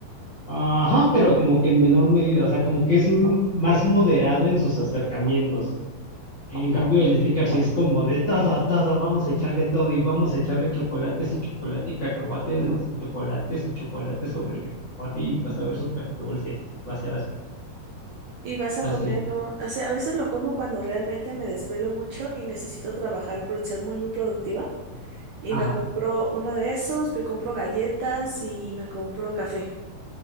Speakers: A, on the left; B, on the right.
A: Ajá, pero como que en menor medida, o sea, como que es m- más moderado en sus acercamientos. En cambio, el Snickers sí es como de todo, todo, vamos a echarle todo y vamos a echarle chocolates y chocolate y cacahuate en los chocolates y chocolate sobre el cacahuate y vas a ver súper dulce y va a ser asqueroso.
B: Y vas a
A: Así,
B: comerlo. O sea, a veces lo como cuando realmente me desvelo mucho y necesito trabajar por ser muy, muy productiva. Y
A: ajá,
B: me compro uno de esos, me compro galletas y me compro café.